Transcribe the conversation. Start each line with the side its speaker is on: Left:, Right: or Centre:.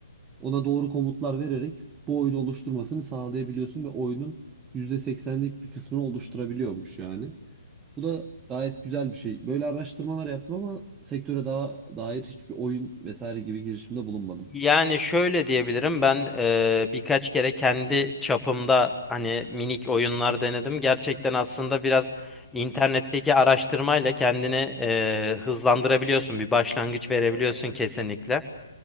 Right: Ona doğru komutlar vererek bu oyunu oluşturmasını sağlayabiliyorsun ve oyunun %80'lik bir kısmını oluşturabiliyormuş yani. Bu da gayet güzel bir şey. Böyle araştırmalar yaptım ama sektöre daha dair hiçbir oyun vesaire gibi girişimde bulunmadım.
Centre: Yani şöyle diyebilirim ben eee, birkaç kere kendi çapımda hani minik oyunlar denedim. Gerçekten aslında biraz internetteki araştırmayla kendini eee, hızlandırabiliyorsun. Bir başlangıç verebiliyorsun kesinlikle.